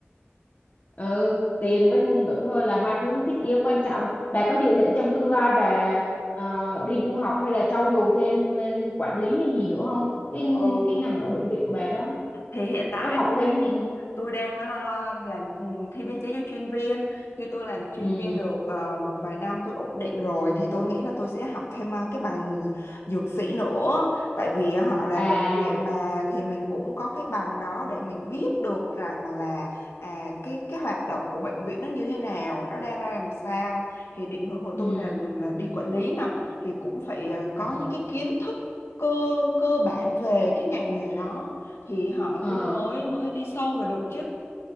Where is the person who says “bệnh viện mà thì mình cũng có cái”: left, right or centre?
Left